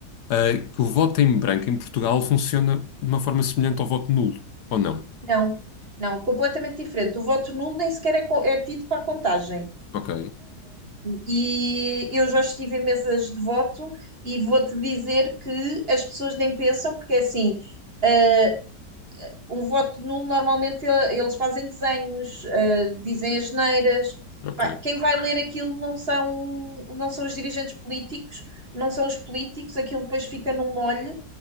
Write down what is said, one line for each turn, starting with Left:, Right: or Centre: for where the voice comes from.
Left: ah, que o voto em branco em Portugal funciona de uma forma semelhante ao voto nulo, ou não?
Right: Não, não, completamente diferente. O voto nulo nem sequer é, co- é tido para a contagem.
Left: Ok,
Right: E eu já estive em mesas de voto e vou-te dizer que as pessoas nem pensam, porque é assim, eh, um voto nulo normalmente eh, eles fazem desenhos, eh, dizem asneiras.
Left: ok,
Right: Pá, quem vai ler aquilo não são, não são os dirigentes políticos, não são os políticos, aquilo depois fica num molho.